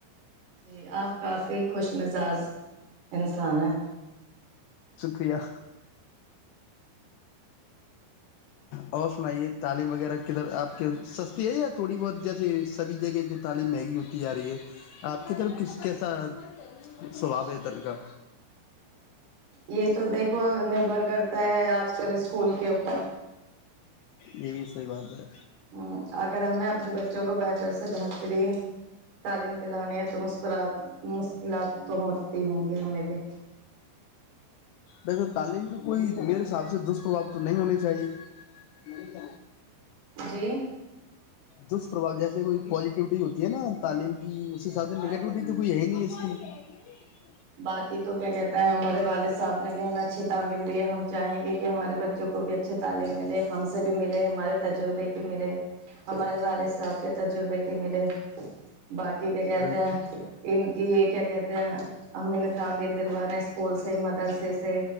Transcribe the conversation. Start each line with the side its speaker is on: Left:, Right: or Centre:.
Right: جی آپ کافی خوش مزاج انسان ہیں
Left: شکریہ اور سنائیے تعلیم وغیرہ کدھر آپ کے سستی ہے یا تھوڑی بہت جیسی سبھی جگہ جو تعلیم مہنگی ہوتی جا رہی ہے آپ کی طرف کھ کیسا سبھاؤ ہے ادھر کا
Right: یہ تو دیکھ نبر کرتا ہے آج کل اسکول کے اوپر
Left: یہ بھی صحیح بات ہے
Right: ہ اگر ہمیں اپنے بچوں کو بہتر سے بہترین تعلیم دلانے ہے تو مسکرات مشکلات تو ہوتی ہوں گی ہمیں بھی
Left: لگر تعلیم کے کوئی میرے حساب سے دشپربھو تو نہیں ہونے چاہیے
Right: جی
Left: دشپرھؤ جیسے کوئی پازیٹیوٹی ہوتی ہے نا تعلیم کی اس تود
Right: ہاں
Left: نگیٹوٹی
Right: جی ہاں
Left: تو
Right: جی
Left: کوئی ہے ہی نہیں ہے اس کی ا نہیں
Right: باقی تو کیا کہتے ہیں ہمارے والد صاحب نے بھی ہمیں اچھی تعمیل دی ہے ہم چاہیں گے کہ ہمارے بچوں کو بھی اچھی تعلیم ملے ہم سے بھی ملے ہمارے تجربے کی ملے ہمارے والد صاحب کے تجربے کی ملے باقی کیا کہتے
Left: بالکل
Right: ہیں ان کی یہ کیا کہتے تو <unintelligible> امی نے تعمیل دلوانا اس اسکول سے مدرسے سے